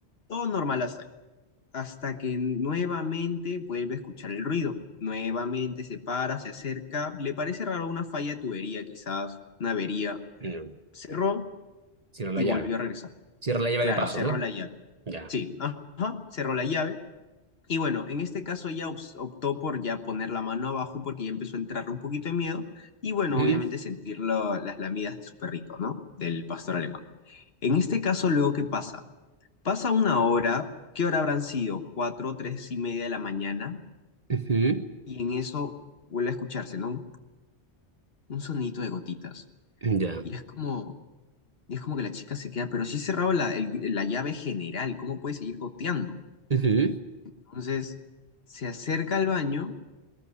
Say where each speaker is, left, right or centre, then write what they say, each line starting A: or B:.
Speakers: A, on the left; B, on the right.
A: Todo normal hasta ahí hasta que nuevamente vuelve a escuchar el ruido. Nuevamente se para, se acerca, le parece raro una falla de tubería, quizás una avería.
B: mm,
A: Cerró
B: Cierra la
A: y
B: llave.
A: volvió a regresar.
B: Cierra la llave
A: Claro,
B: de paso,
A: cerró
B: ¿no?
A: la llave.
B: Ya.
A: Sí, ajá, cerró la llave. Y bueno, en este caso ella ops- optó por ya poner la mano abajo porque ya empezó a entrarle un poquito de miedo y bueno,
B: Ujú,
A: obviamente sentir la- las lamidas de su perrito, ¿no? Del pastor alemán. En este caso, luego, ¿qué pasa? Pasa una hora, ¿qué hora habrán sido? Cuatro, tres y media de la mañana.
B: ujú,
A: y en eso vuelve a escucharse, ¿no? Un, un sonito de gotitas.
B: Ya.
A: Y es como, y es como que la chica se queda, pero si he cerrado la, el- la llave general, ¿cómo puede seguir goteando?
B: ujú,
A: Entonces se acerca al baño